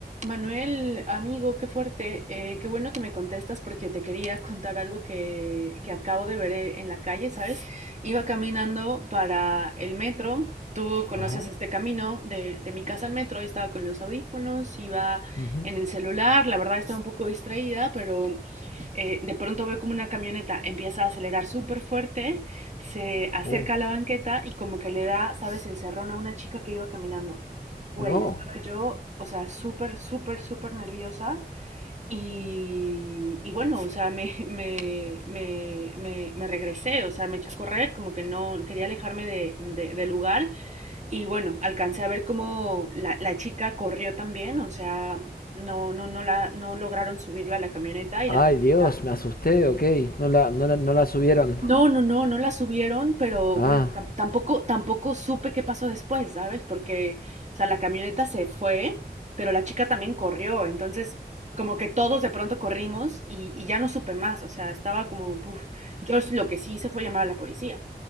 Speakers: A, on the right; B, on the left.
A: Manuel, amigo, qué fuerte. eh, qué bueno que me contestas porque te quería contar algo que, que acabo de ver eh, en la calle, ¿sabes? Iba caminando para el metro. Tú conoces
B: Ajá.
A: este camino de, de mi casa al metro. Estaba con los audífonos, iba
B: Ujú.
A: en el celular. La verdad estaba un poco distraída, pero eh, de pronto ve como una camioneta empieza a acelerar súper fuerte, se acerca
B: Oh.
A: a la banqueta y como que le da, ¿sabes?, el cerrón a una chica que iba caminando. Güey,
B: No.
A: estaba yo, o sea, súper, súper, súper nerviosa y, y bueno, o sea, me, me, me, me, me regresé, o sea, me eché a correr, como que no quería alejarme de, de- del lugar y bueno, alcancé a ver cómo la, la chica corrió también, o sea, no, no, no, la, no lograron subirla a la camioneta y
B: Ay,
A: la camioneta
B: Dios, me asusté, ok. No la, no la, no la subieron.
A: No, no, no, no la subieron, pero
B: Ah,
A: bueno, tam- tampoco, tampoco supe qué pasó después, ¿sabes? Porque, o sea, la camioneta se fue, pero la chica también corrió, entonces como que todos de pronto corrimos y, y ya no supe más, o sea, estaba como, puf, yo s- lo que sí hice fue llamar a la policía,